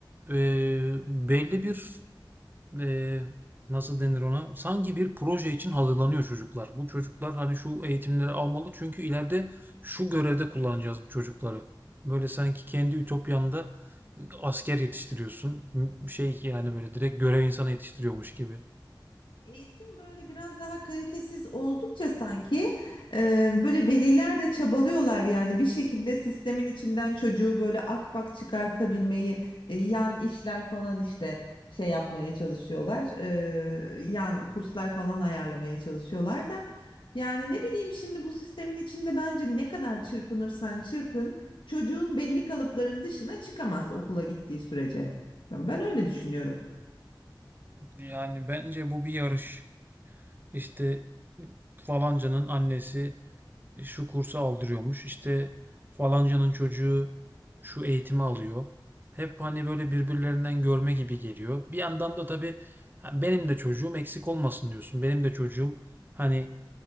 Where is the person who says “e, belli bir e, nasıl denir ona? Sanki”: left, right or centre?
Right